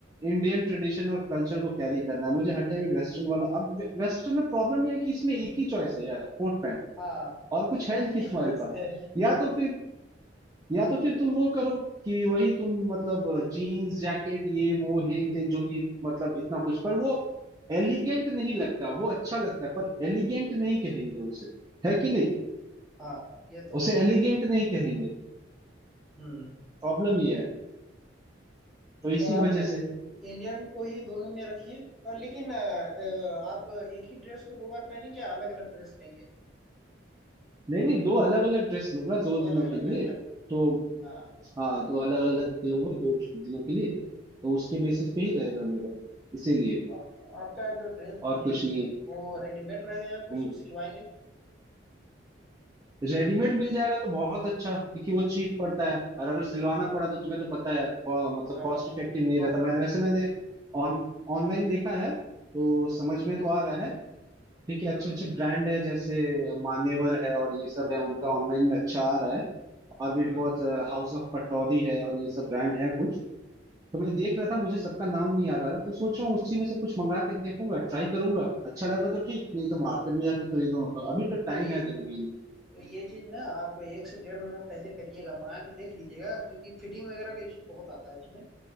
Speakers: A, on the right; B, in the centre.
A: इंडियन ट्रेडिशन और कल्चर को कैरी करना है मुझे हटे हुए वेस्टर्न वाला अब वे, वेस्टर्न में प्रॉब्लम यह है कि इसमें एक ही चॉइस है यार कोट पैंट
B: हाँ
A: और कुछ
B: उसमें
A: है नहीं
B: एक ही
A: तुम्हारे
B: चॉइस
A: पास
B: है
A: या तो फिर या तो फिर तुम वो करो कि वही तुम मतलब जीन्स जैकेट ये वो हिल टिल जो भी मतलब इतना कुछ पर वो एलिगेंट नहीं लगता वो अच्छा लगता है पर एलिगेंट नहीं कहेंगे उसे है कि नहीं
B: हाँ ये तो
A: उसे
B: है
A: एलिगेंट नहीं कहेंगे
B: हम्म
A: प्रॉब्लम ये है तो इसी
B: तो आप
A: वजह से
B: इंडियन को ही दोनों में रखिए और लेकिन अ, अ, आप एक ही ड्रेस को दो बार पहनेंगे या अलग अलग ड्रेस लेंगे
A: नहीं नहीं दो अलग अलग ड्रेस लूंगा दो
B: दो
A: दिनों
B: अलग अलग
A: के लिए
B: रहेगा ना
A: तो
B: हाँ
A: हाँ दो अलग अलग लूंगा दो दिनों के लिए तो उसके बेसिस पे ही रहेगा मेरा इसीलिए
B: तो आपका जो ड्रेस
A: और
B: जो लेंगे
A: कुछ नहीं
B: वो रेडीमेड रहेगा या फिर उसको
A: हम्म
B: सिलवाएंगे
A: रेडीमेड मिल जाएगा तो बहुत अच्छा क्योंकि वो चीप पड़ता है और अगर सिलवाना पड़ा तो तुम्हें तो पता है को- मतलब
B: हाँ
A: कॉस्ट इफेक्टिव नहीं
B: cost
A: रहता
B: के
A: मैंने
B: ऊपर,
A: वैसे मैंने ऑन ऑनलाइन देखा है तो
B: हाँ,
A: समझ में तो आ रहा है ठीक है अच्छे
B: हम्म
A: अच्छे ब्रांड है जैसे मान्यवर है और ये सब है उनका ऑनलाइन में अच्छा आ रहा है और भी
B: हम्म
A: बहुत हाउस ऑफ पटौदी है और ये सब ब्रांड है कुछ तो मैं देख रहा था मुझे सबका नाम नहीं याद आ रहा तो सोच रहा हूँ उसी में से कुछ मंगा के देखूंगा ट्राई करूंगा अच्छा लगा तो ठीक नहीं तो मार्केट में जाके खरीदूंगा अभी तो टाइम
B: तो ये
A: है डेढ़ महीने
B: तो ये चीज ना आप एक से डेढ़ महीना पहले करिएगा मंगा के देख लीजिएगा क्योंकि फिटिंग वगैरह का इशू बहुत आता है उसमें